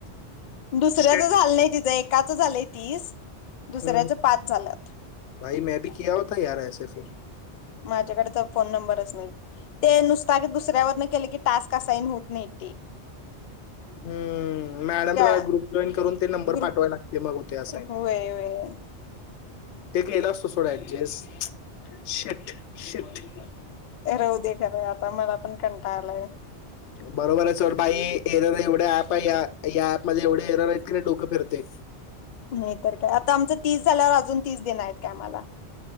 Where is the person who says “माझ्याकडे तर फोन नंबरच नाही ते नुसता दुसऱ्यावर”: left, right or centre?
Left